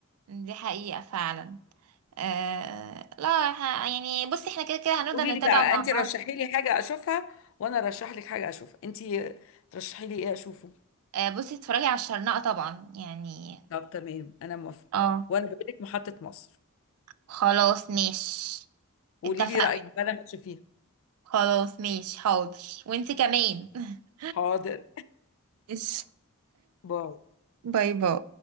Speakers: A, on the right; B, on the left.
A: دي حقيقه فعلا آه لا ه- يعني بصي احنا كده كده هنفضل
B: قولي
A: نتابع
B: لي بقى
A: مع
B: انتي
A: بعض
B: رشحي لي حاجه اشوفها وانا رشح لك حاجه اشوفها انتي ترشحي لي ايه اشوفه
A: آه بصي اتفرجي على الشرنقة طبعا يعني
B: طب تمام انا موافقه
A: اه
B: وانا بقول لك محطة مصر
A: خلاص ماشي
B: قولي
A: اتفقنا
B: لي رأيك بقى لما تشوفيها
A: خلاص ماشي حاضر وانتي كمان <laughs>
B: حاضر
A: ماشي.
B: باي
A: باي باي